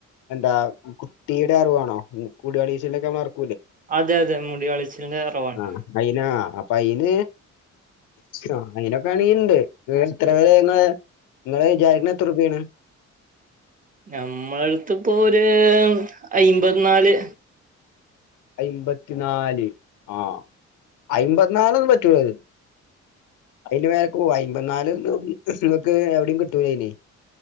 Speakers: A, on the left (about 85°); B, on the right (about 25°).
A: എന്താ കുട്ടിയുടെ അറുവാണോ മുടി കളയീച്ചിലൊക്കെ മ്മള് അറുക്ക്-
B: അതെ അതെ മുടി കളിച്ചിലിന്റെ അറുവാണ്
A: ആഹ് അയിനാ അപ്പൊ അയിന് ആ അയിനൊക്കെ ഏണങ്കിൽ ഉണ്ട് നി എത്ര വേരെ ങ്ങള് നിങ്ങള് വിചാരിക്കുന്നത് എത്ര റുപ്യ ആണ്
B: നമ്മളടുത്ത്പ്പോ ഒര് അയിമ്പത്തി നാല്
A: അയ്മ്പത്തിനാല് ആ അയ്മ്പത്തി നാല്ന്ന് പറ്റൂലത് അതിന് മേലേക്ക് പോവോ അമ്പത് നാല് നിങ്ങക്ക് എവിടെയും കിട്ടൂല അയ്ന്